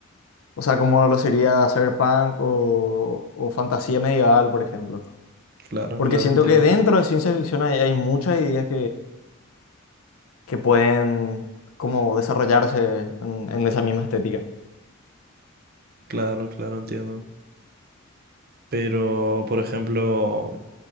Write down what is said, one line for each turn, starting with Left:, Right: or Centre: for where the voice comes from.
Left: o sea, como lo sería cyberpunk o, o fantasía medieval, por ejemplo.
Right: Claro,
Left: Porque
Right: claro,
Left: siento
Right: entiendo.
Left: que dentro de ciencia ficción hay, hay muchas ideas que pueden como desarrollarse en, en esa misma estética.
Right: Claro, claro, entiendo. Pero, por ejemplo,